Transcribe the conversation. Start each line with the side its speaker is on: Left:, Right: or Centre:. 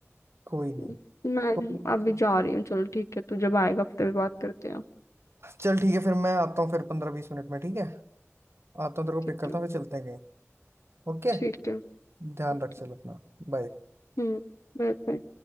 Right: कोई नहीं
Left: हूँ मैं
Right: कोई नहीं।
Left: अभी जा रही हूँ चलो ठीक है तू जब आएगा हफ्ते में बात करते हैं
Right: चल ठीक है फिर मैं आता हूँ फिर पंद्रह बीस मिनट में ठीक है आता हूँ तेरे को
Left: ठीक
Right: पिक करता
Left: है
Right: हूँ फिर चलते हैं कहीं ओके
Left: ठीक है
Right: ध्यान
Left: ओके
Right: रख चल अपना बाय
Left: हम्म Bye bye